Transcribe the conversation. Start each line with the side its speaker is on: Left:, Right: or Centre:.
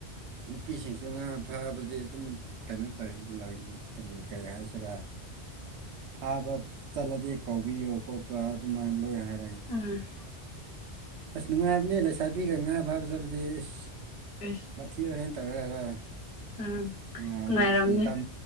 Right: ꯅꯨꯄꯤꯁꯤꯡꯁꯨ ꯉꯥ ꯐꯥꯕꯗꯤ ꯑꯗꯨꯝ ꯀꯩꯅꯣ ꯇꯧꯋꯦ ꯅ‌ꯣꯏ ꯇꯨꯝ ꯀꯩ ꯍꯥꯏꯁꯤꯔꯥ ꯐꯥꯕ ꯆꯠꯂꯗꯤ ꯀꯧꯕꯤꯌꯨ ꯈꯣꯠꯄ ꯑꯗꯨꯃꯥꯏꯅ ꯂꯣꯏ ꯍꯥꯏ
Left: ꯎꯝ
Right: ꯑꯁ ꯅꯨꯡꯉꯥꯏꯕꯅꯦ ꯂꯩꯁꯥꯕꯤꯒ ꯉꯥ ꯐꯥꯕ ꯆꯠꯕꯗꯤ ꯑꯩꯁ
Left: ꯑꯦꯁ
Right: ꯋꯥꯊꯤ ꯋꯥꯔ‌ꯦꯝ ꯇꯧꯔꯒ
Left: ꯎꯝ
Right: ꯅꯨꯡꯉꯥꯏꯕꯅꯤ
Left: ꯉꯥꯏꯔꯝꯅꯤ
Right: ꯃꯇꯝ